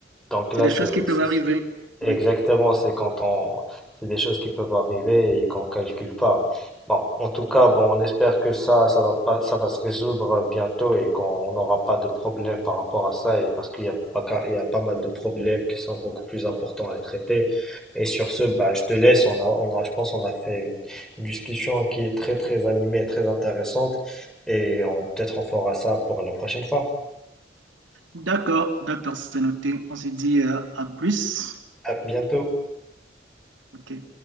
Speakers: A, in the centre; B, on the right.
A: donc là,
B: C'est des
A: c'est
B: choses qui peuvent
A: c'est-
B: arriver.
A: c'est- exactement,
B: Oui.
A: c'est quand on, c'est des choses qui peuvent arriver et qu'on calcule pas. Bon, en tout cas, bon, on espère que ça, ça va pas, ça va se résoudre bientôt et qu'on n'aura pas de problème par rapport à ça et parce qu'il y a pas, qu'à- il y a pas mal de problèmes qui sont beaucoup plus importants à traiter. Et sur ce, bah, je te laisse. On a, on a, je pense, on a fait une, une discussion qui est très, très animée et très intéressante et on, peut-être on fera ça pour la prochaine fois.
B: D'accord, d'accord, c'est noté. On se dit euh, à plus.
A: À bientôt.
B: OK.